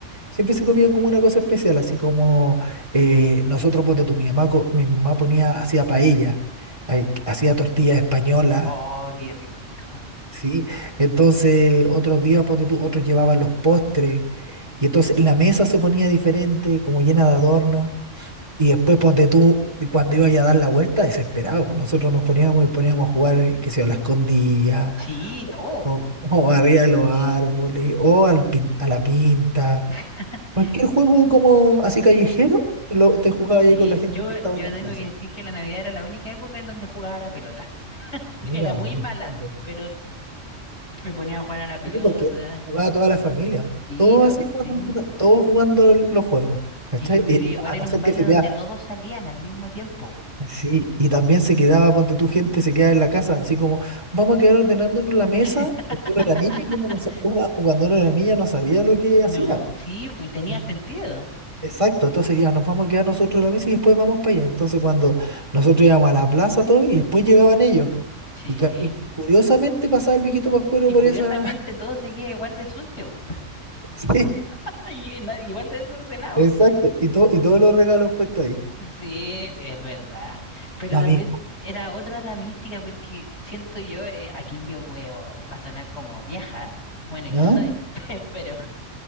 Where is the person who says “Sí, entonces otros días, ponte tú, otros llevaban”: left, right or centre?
Right